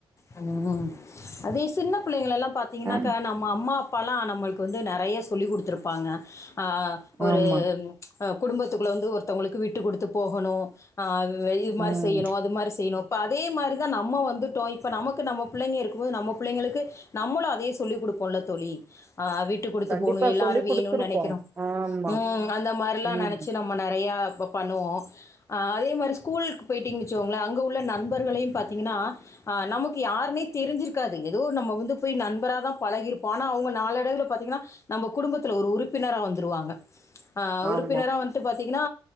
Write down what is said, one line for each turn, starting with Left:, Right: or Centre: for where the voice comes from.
Left: ஹம் அதே சின்ன பிள்ளைங்களால எல்லாம் பாத்தீங்கன்னாக்க
Right: அ
Left: நம்ம அம்மா அப்பாலா நம்மளுக்கு வந்து நறைய சொல்லி் கொடுத்துருப்பாங்க ஆ ஒரு
Right: ஆமா
Left: குடும்பத்துக்குள்ள வந்து ஒருத்தவங்களுக்கு விட்டு கொடுத்து போகணும் ஆஹ் து மாரி
Right: ம்
Left: செய்யணும் அது மாரி செய்யணும் ப்ப அதே மாரிதான் நம்ம வந்துட்டோம் நம்ம பிள்ளைங்க இருக்கும் போது நம்ம பிள்ளைங்களுக்கு நம்மளும் அதையே சொல்லி் கொடுப்போம்ல தோழி அ விட்டு கொடுத்து
Right: கண்டிப்பா
Left: போணும் எல்லாரும்
Right: சொல்லி
Left: வேணும்னு
Right: குடுத்துருப்போ
Left: நனைக்கிறோம்
Right: ஆமா
Left: ம் அந்த மாதிரிலாம்
Right: ம்
Left: நனைச்சி நம்ம நிறையா அப்ப பண்ணுவோம் அதே மாரி ஸ்கூலுக்கு போயிட்டீங்கு வச்சோங்களேன் அங்க உள்ள நண்பர்களையும் பாத்தீங்கன்னா ஆஹ் நமக்கு யாருன்னே தெரிஞ்சிருக்காது ஏதோ நம்ம வந்து போய் நண்பரா தான் பழகியிருப்போம் ஆனா அவங்க நாலு அடைவுல பாத்தீங்கன்னா நம்ம குடும்பத்துல ஒரு உறுப்பினரா வந்துருவாங்க ஆஹ உறுப்பினரா
Right: ஆமா
Left: வந்து பாத் ங்கன்னா